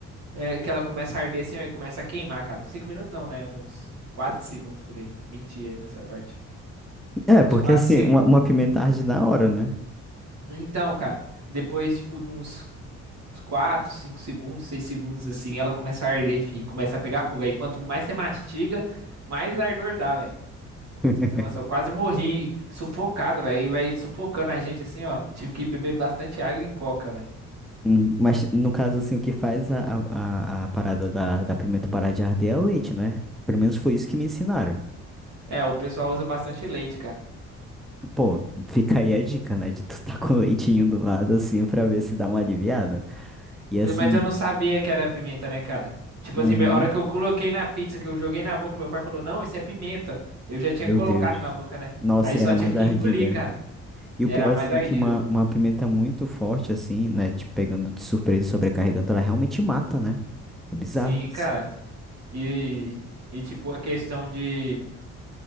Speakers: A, on the right; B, in the centre.
A: é, que ela começa a arder assim, ó, e começa a queimar, cara. 5 minutos não, né? Uns 4 segundos por aí. Menti aí nessa parte.
B: É,
A: Uns
B: porque
A: 4
B: assim,
A: segundos.
B: uma, uma pimenta arde na hora, né?
A: Então, cara, depois, tipo, de uns, uns 4, 5 segundos, 6 segundos assim, ela começa a arder, fi, começa a pegar fogo. Aí quanto mais você mastiga, mais ardor dá, velho.
B: <laughs>
A: Você tem noção, eu quase morri sufocado, velho. E vai sufocando a gente assim, ó. Tive que beber bastante água e coca, velho.
B: Uhum. Mas no caso, assim, o que faz a, a, a a parada da, da pimenta parar de arder é o leite, né? Pelo menos foi isso que me ensinaram.
A: É, o pessoal usa bastante leite, cara.
B: Pô, fica aí a dica, né? De tu tá <laughs> com o leitinho do lado, assim, pra ver se dá uma aliviada. E assim,
A: Mas eu não sabia que era pimenta, né, cara? Tipo
B: uhum,
A: assim, a hora que eu coloquei na pizza, que eu joguei na boca, meu pai falou: Não, isso é pimenta. Eu já tinha
B: meu
A: colocado
B: Deus.
A: na boca, né?
B: Nossa,
A: Aí
B: e
A: só
B: era
A: tive
B: mais
A: que
B: ardida.
A: engolir, cara.
B: E
A: Era
B: o pior,
A: a mais
B: assim,
A: ardida.
B: que uma, uma pimenta muito forte, assim, né? Te pegando de surpresa e sobrecarregando, ela realmente mata, né? É bizarro
A: Sim, cara.
B: isso.
A: E, e tipo, a questão de.